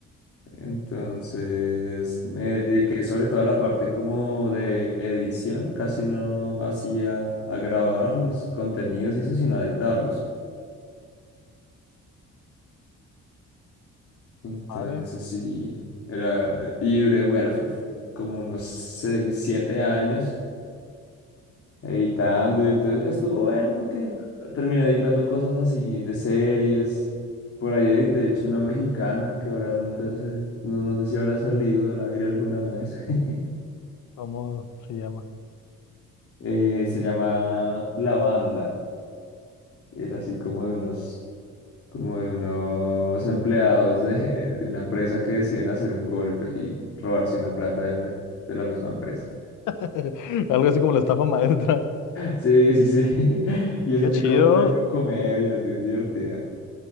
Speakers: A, on the left; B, on the left.
A: Entonces, me dediqué sobre todo a la parte como de edición, casi no hacía a grabar los contenidos y eso, sino a editarlos. Entonces,
B: Padre,
A: sí, era, y duré, bueno, uf, como unos seis, siete años editando. y Entonces estuvo bueno porque terminé editando cosas así de series. Por ahí edité, de hecho, una mexicana que ahora nunca sé, no, no sé si habrá salido al aire alguna vez. <laughs>
B: ¿cómo se llama?
A: Eh, se llama La Banda. Es así
B: La banda.
A: como de unos, como de unos empleados de, de una empresa que deciden hacer un golpe y robarse una plata de, de la misma empresa.
B: <laughs> Algo así como la estafa maestra.
A: Sí, sí, sí. <laughs> Y es
B: Qué
A: así
B: chido.
A: como medio comedia, es bien divertida.